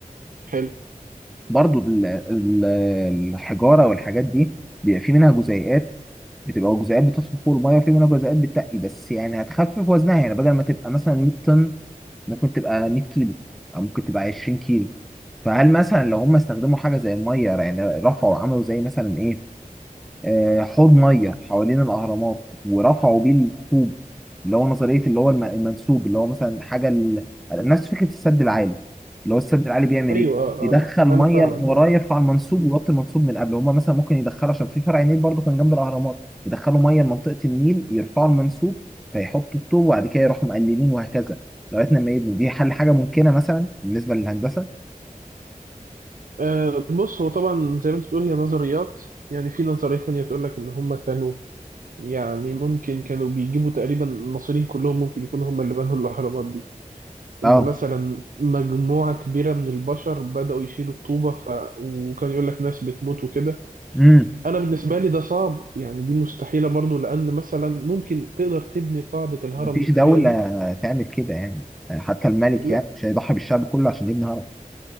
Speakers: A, on the right; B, in the centre.
A: حلو
B: برضو ال- ال- الحجاره والحاجات دي بيبقى في منها جزيئات بتبقى جزيئات بتطفو فوق الميه وفي منها جزيئات بتتقل بس يعني هتخفف وزنها يعني بدل ما تبقى مثلا 100 طن ممكن تبقى 100 كيلو او ممكن تبقى 20 كيلو فهل مثلا لو هم استخدموا حاجه زي الميه يعني رفعوا وعملوا زي مثلا ايه آه، حوض ميه حوالين الاهرامات ورفعوا بيه الطوب اللي هو نظريه اللي هو الم- المنسوب اللي هو مثلا حاجه ال... نفس فكره السد العالي اللي هو السد العالي بيعمل
A: ايوه
B: ايه؟
A: اه
B: بيدخل
A: اه
B: ميه
A: انا فاهمك
B: من وراه
A: اه
B: يرفع المنسوب ويوطي المنسوب من قبل هما مثلا ممكن يدخلوا عشان في فرع نيل برضه كان جنب الاهرامات يدخلوا ميه لمنطقه النيل يرفعوا المنسوب فيحطوا الطوب وبعد كده يروحوا مقللين وهكذا لغايه لما يبقوا دي حل حاجه ممكنه مثلا بالنسبه للهندسه
A: أه بص هو طبعا زي ما انت بتقول هي نظريات يعني في نظرية تانية بتقول لك ان هم كانوا يعني ممكن كانوا بيجيبوا تقريبا المصريين كلهم ممكن يكونوا هم اللي بنوا الاهرامات دي
B: اه
A: ان مثلا مجموعة كبيرة من البشر بدأوا يشيلوا الطوبة ف... وكان يقول لك ناس بتموت وكده
B: امم
A: انا بالنسبة لي ده صعب يعني دي مستحيلة برضو لان مثلا ممكن تقدر تبني قاعدة الهرم
B: مفيش
A: بالطريقة
B: دولة
A: دي
B: تعمل كده يعني حتى الملك
A: لا
B: يعني مش هيضحي بالشعب كله عشان يبني هرم